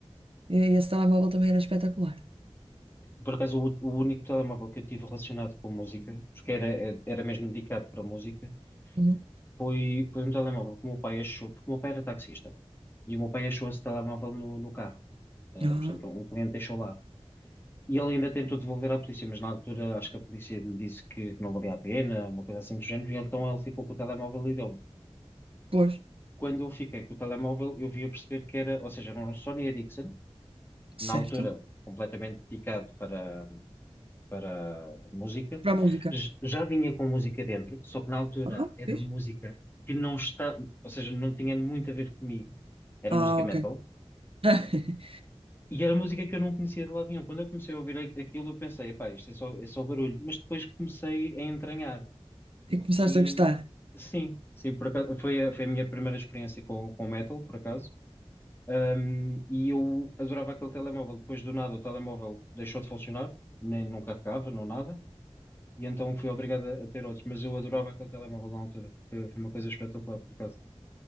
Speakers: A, on the right; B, on the left.
A: e esse telemóvel também era espetacular.
B: Por acaso, o, o único telemóvel que eu tive relacionado com música, porque era, era mesmo dedicado para música,
A: Uhum.
B: Foi, foi um telemóvel que o meu pai achou, porque o meu pai era taxista, e o meu pai achou esse telemóvel no, no carro. Ah,
A: Ah,
B: portanto, um cliente deixou lá. E ele ainda tentou devolver à polícia, mas na altura acho que a polícia lhe disse que, que não valia a pena, uma coisa assim do género, e então ele ficou com o telemóvel e deu-me.
A: pois,
B: Quando eu fiquei com o telemóvel, eu vim a perceber que era, ou seja, era um Sony Ericsson,
A: certo.
B: na altura completamente picado para, para música.
A: Para a música.
B: J- Já vinha com música dentro, só que na altura
A: Ah,
B: era
A: fixe.
B: música que não está, ou seja, não tinha muito a ver comigo. Era
A: Ah,
B: música
A: ok.
B: metal
A: <laughs>
B: e era música que eu não conhecia de lado nenhum. Quando eu comecei a ouvir a- aquilo, eu pensei, pá, isto é só, é só barulho. Mas depois comecei a entranhar
A: E começaste
B: e
A: a gostar.
B: sim, sim, por acaso, foi a, foi a minha primeira experiência com, com metal, por acaso. Um, e eu adorava aquele telemóvel. Depois do nada, o telemóvel deixou de funcionar, nem, não carregava, não nada. e então fui obrigado a, a ter outros. Mas eu adorava aquele telemóvel na altura. Foi, foi uma coisa espetacular, por acaso.